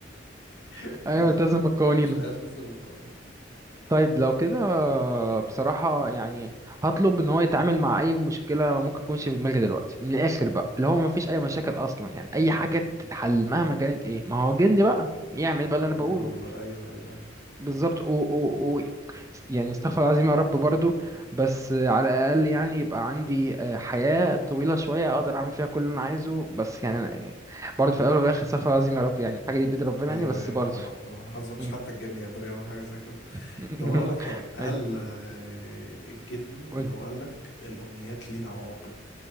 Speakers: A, on the right; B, on the left.
A: <laughs>
B: <laughs>
A: أيوة ألتزم بالقوانين
B: لا التزم بالقوانين
A: طيب لو كده بصراحة يعني هطلب ان هو يتعامل مع اي مشكلة ممكن تكونش في دماغي دلوقتي من الاخر بقى اللي هو مفيش اي مشاكل اصلا يعني اي حاجة
B: م- م.
A: تتحل مهما كانت ايه ما هو جن بقى يعني يعمل بقى اللي انا
B: يعملوا
A: بقوله
B: ايوه ايوه ايوه
A: بالظبط و, و, و يعني استغفر الله العظيم يا رب برضو بس على الاقل يعني يبقى عندي آه، حياة طويلة شوية اقدر اعمل فيها كل اللي انا عايزه بس يعني أنا- برضو في الاول وفي الاخر استغفر الله العظيم يا رب يعني الحاجة دي بيد ربنا
B: ايوه
A: يعني بس
B: ايوه
A: برضو
B: طبعا طبعا ما اظنش
A: مم.
B: حتى الجني يقدر يعمل حاجه زي كده
A: <laughs>
B: طب اقول لك حاجه هل
A: اي
B: آه، الجني
A: قول
B: لو قال لك الامنيات ليها عواقب